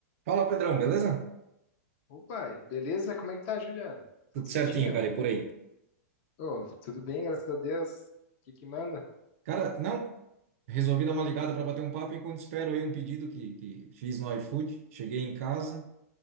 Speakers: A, on the right; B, on the left.
A: Fala, Pedrão, beleza?
B: Ô pai, beleza? Como é que tá, Juliano?
A: Tudo
B: Tudo certinho?
A: certinho, cara, e por aí?
B: Ô, tudo bem, graças a Deus. O que que manda?
A: Cara, não, resolvi dar uma ligada para bater um papo enquanto espero aí um pedido que, que fiz no iFood. Cheguei em casa,